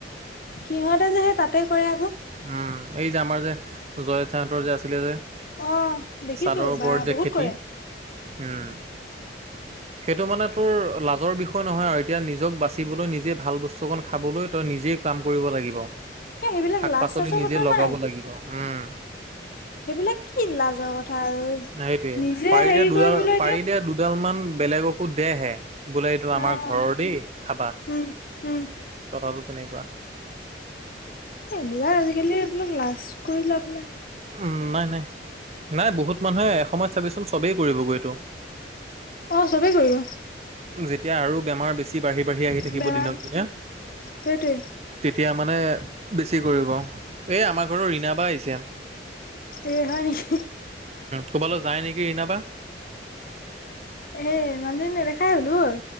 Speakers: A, on the left; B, on the right.
A: সিহঁতে যেহে তাতে কৰে আকৌ।
B: উম, এই যে আমাৰ যে জয় সাহঁতৰ যে আছিলে যে।
A: অ দেখিছো
B: চাদৰ ওপৰত
A: বা
B: যে
A: বহুত
B: খেতি
A: কৰে
B: উম'। সেইটো মানে তোৰ লাজৰ বিষয় নহয় আৰু এতিয়া নিজক বাচি বাচিবলৈ, নিজে ভাল বস্তু অকণ খাবলৈ, তই নিজেই কাম কৰিব লাগিব।
A: এ সেইবিলাক
B: শাক-পাচলি
A: লাজ চাজৰ
B: নিজে
A: কথা
B: লগাব
A: নাই
B: লাগিব উম।
A: সেইবিলাক কি লাজৰ কথা আৰু
B: সেইটোৱে
A: নিজে
B: পাৰিলে
A: হেৰি
B: দুডাল
A: কৰিবলৈ
B: পাৰিলে
A: এতিয়া
B: দুডালমান বেলেগকো দে হে। বোলো এইটো
A: অ',
B: আমাৰ ঘৰৰ দেই খাবা।
A: উম, উম,
B: কথাটো তেনেকুৱা।
A: এইবিলাক আজিকালি এইবিলাক লাজ কৰি লাভ নাই।
B: উম, নাই-নাই, নাই বহুত মানুহে এসময়ত চাবিচোন চবেই কৰিবগৈ এইটো।
A: অহ, চবেই কৰিব।
B: যেতিয়া আৰু বেমাৰ বেছি বাঢ়ি-বাঢ়ি আহি থাকিব
A: বেমাৰ
B: দিনক দিনে।
A: সেইটোৱে।
B: তেতিয়া মানে বেছি কৰিব। এই আমাৰ ঘৰৰ ৰিণা বা আহিছে।
A: এ হয় নেকি।
B: ক'ৰবালৈ যায় নেকি ৰিণা বা।
A: এ মানুহজনী নেদেখাই হ'লো আৰু।